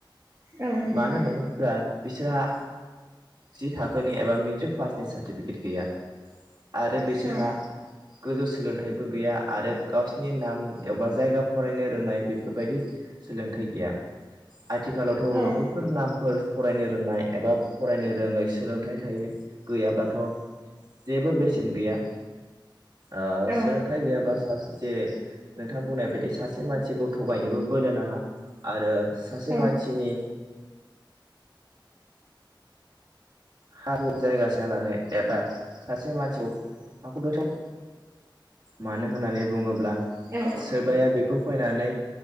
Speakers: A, on the right; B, on the right.
A: औ नंगौ
B: मानो होननानै बिसोरहा जि थाखोनि एबा मेट्रिक पासनि सार्टिफिकेट गैया आरो बिसोरहा
A: औ
B: गोजौ सोलोंथाइबो गैया आरो गावसिनि नाम एबबा जायगा फरायनो रोंनाय बेफोरबायदि सोलोंथाइ गैया आथिखालावथ'
A: औ
B: बैफोर नामफोर फरायनो रोंनाय एबा फरायनो रोङै सोलोंथाइ थायो गैयाब्लाथ' जेबो बेसेन गैया ओ
A: औ
B: सोलोंथाइ गैयाब्ला सासे जेरै नोंथां बुंनाय बायदि सासे मानसिखौ थगायनोबो बोलो नाङा आरो सासे
A: औ
B: मानसिनि हा- हु जायगासिना लानो एबा सासे मानसिखौ हाखौ दथाव मानो होननानै बुङोब्ला
A: औ
B: सोरबाया बेखौ फैनानै